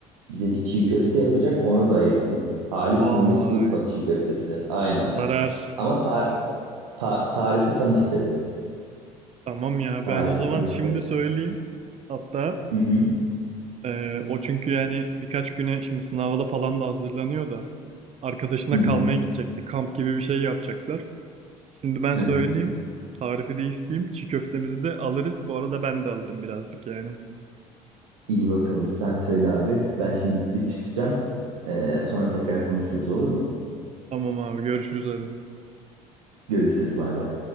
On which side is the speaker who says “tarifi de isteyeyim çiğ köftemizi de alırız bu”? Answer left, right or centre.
Right